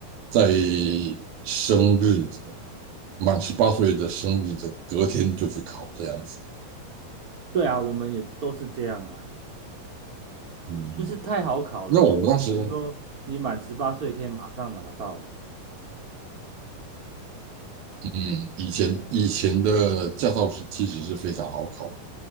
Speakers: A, on the right; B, on the right.
A: 在生日的满十八岁的生日的隔天就去考这样子。
B: 对啊，我们也都是这样啊，
A: 嗯，
B: 就是太好考了，
A: 那我们当时
B: 所以比如说你满十八岁可以马上拿到了。
A: 嗯以前以前的驾照是其实是非常好考，